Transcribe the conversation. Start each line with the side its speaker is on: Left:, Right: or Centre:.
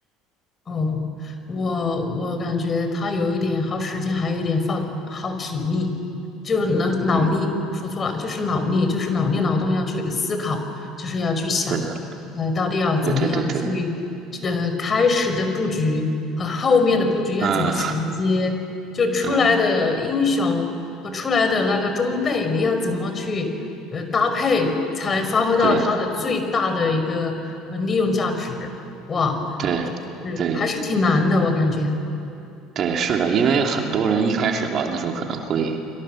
Left: 哦，我我感觉他有一点耗时间，还有一点耗耗体力，就是能脑力，
Right: 嗯，
Left: 说错了，就是脑力，就是脑力劳动要去思考，就是要去想，
Right: 是的，
Left: 呃，到底要怎么样去，
Right: 对对对对，
Left: 呃，开始的布局和后面的布局要怎么衔接，
Right: 嗯
Left: 就出来的英雄和出来的那个装备，
Right: 嗯，
Left: 你要怎么去呃搭配，才能发挥到它的最大的一个呃利用价值。
Right: 对
Left: 哇，
Right: 对对
Left: 是还是挺难的，我感觉
Right: 对，是的，因为很多人一开始玩的时候可能会